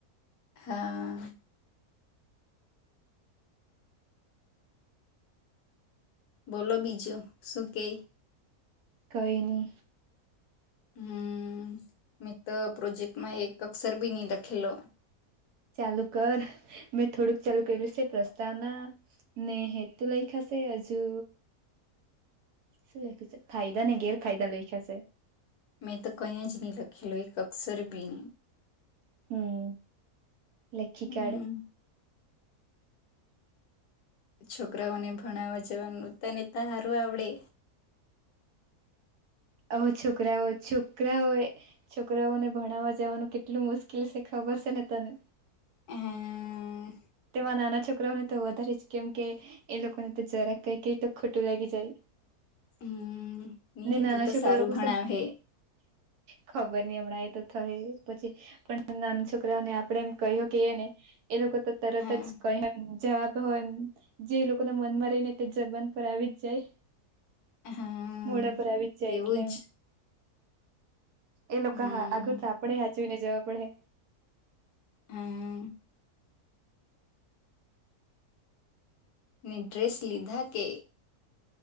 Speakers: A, on the left; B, on the right.
A: હા. બોલો બીજો શું કે
B: કઈ નય
A: હમ મે તો પ્રોજેક્ટમાં એક અક્ષર બી નહી લખેલો.
B: ચાલુ કર. મેં થોડુંક ચાલુ કર્યું છે પ્રસ્તાવના ને હેતુ લખ્યોશે હજુ શું લખું છે ફાયદા ને ગેરફાયદા લખ્યા છે.
A: મેં તો કંઈ જ નહીં લખેલું એક અક્સર બી ન
B: હમ લખી
A: હમ
B: કાઢ
A: છોકરાઓને ભણાવવા જવાનું તને તારું આવડે
B: અ છોકરા હોય છોકરા હોય છોકરાઓને ભણાવવા જવાનું કેટલું મુશ્કેલ છે ખબર છે ને તને.
A: <unintelligible>
B: તેમાં નાના છોકરાઓને તો વધારે જ કેમ કે એ લોકોને તો જરાક કઈ કઇએ તો ખોટું લાગી જાય.
A: હમ નહી
B: ને નાના
A: તું તો
B: છોકરા
A: સારું ભણાવે
B: છે ને ખબર નહી હમણાં એ તો થઈ પછી પણ નાના છોકરાઓને આપડે એમ કહ્યું કે એને એ લોકો તો તરત
A: હા
B: જ કઈમ જવાબ હોય એમ. જે લોકોના મનમાં રહી ને તે જબાન પર આવી જ જાય
A: હા
B: મોડા પર આવી જ. જાય
A: તેવું
B: એટલે
A: જ
B: એ લોકો
A: હમ
B: હા આગળ આપડે હાચવીને જવા પડે.
A: હા ને ડ્રેસ લીધા કે